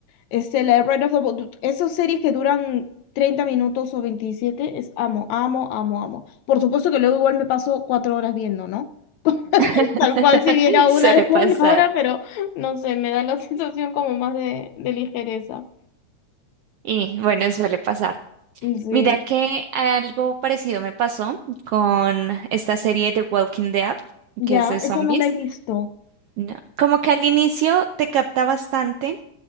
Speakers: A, on the left (about 75°); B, on the right (about 75°).
A: Este, la de Ride of the Boat, esas series que duran 30 minutos o 27, es amo, amo, amo, amo. Por supuesto que luego igual me paso cuatro horas viendo, ¿no?
B: <laughs>
A: Tal cual si viera
B: Suele
A: una de
B: pasar.
A: una hora, pero no sé, me da la sensación como más de, de ligereza.
B: Y bueno, suele pasar.
A: Sí,
B: Mira que algo parecido me pasó con esta serie de Walking Dead,
A: ya,
B: que es de zombies.
A: esa no la he visto.
B: No, Como que al inicio te capta bastante